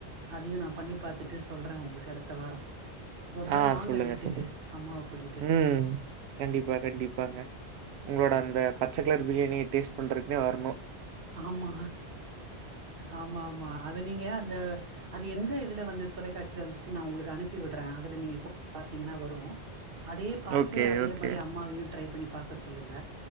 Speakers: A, on the right; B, on the right.
A: அதையு நா பண்ணி பாத்துட்டு சொல்ற உங்களுக்கு அடுத்த வாரோ ஒரு நாள்
B: ஆ
A: வாங்க
B: சொல்லுங்க,
A: வீட்டுக்கு
B: சொல்லுங்க.
A: அம்மாவ கூட்டிட்டு
B: ம் கண்டிப்பா கண்டிப்பாங்க உங்களோட அந்த பச்சக்கலர் பிரியாணிய டேஸ்ட் பண்றதுக்குனே வரணு
A: ஆமா ஆமா ஆமா அது நீங்க அந்த அது எந்த இதுல வந்து தொலைக்காட்சியில வந்துச்சுன்னு நா உங்களுக்கு அனுப் பி விட்ற அதுல நீங்க போய் பாத்தீங்கன்னா வரு அதே பாத்து
B: ஓகே,
A: அதே
B: ஓகே.
A: மாரி அம்மாவையு டிரை பண்ணி பாக்க சொல்லுங்க